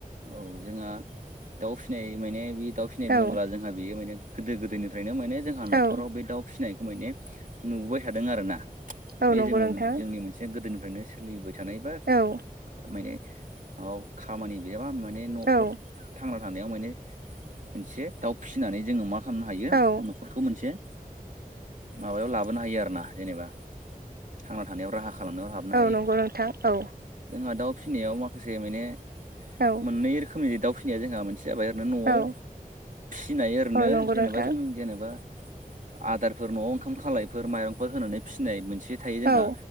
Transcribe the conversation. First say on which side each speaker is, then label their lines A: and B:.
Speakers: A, on the right; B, on the right.
A: औ जोंहा दाउ फिसिनाय माने बे दाउ फिनाय बोब्ला
B: औ
A: जोंहा बेयो माने गोदो गोदायनि ओ्रनो माने जोंहा न'खराव
B: औ
A: बे दाउ फिसिनायखौ माने नुबोाय थादों आरोना।
B: औ
A: बे
B: नंगौ
A: जोङो
B: नोंथां
A: जोंनि मोनसे गोदोनिफ्रायनो सोलिबाय थानाय बा
B: औ
A: माने खामानि गैयाबा माने न'खर
B: औ
A: थांना थानायाव माने मोनसे दाउ फिसिनानै जोङो मा खालामनो हायो
B: औ
A: न'खरखौ मोनसे माबायाव लाबोनो हायो आरोोना जेनेबा थांना थानायाव राहा खालाम खालामनायाव हाबनो
B: औ
A: हायो
B: नंगौ नोंथां औ
A: जोंहा दाउ फिसिनायाव माखासे माने
B: औ
A: मोननै रोखोमनि दाउ फिनाया जोंहा मोनसे जाबाय रै न'आव
B: औ
A: फिसिनाय ओरैनो
B: औ नंगौ
A: जेनेबा
B: नोंथां
A: जों जेनेबा आदारफोर न'आव ओंखाम खालायफोर माइरंफोर होनानै फिसिनाय मोनसे थायो जोंहा
B: औ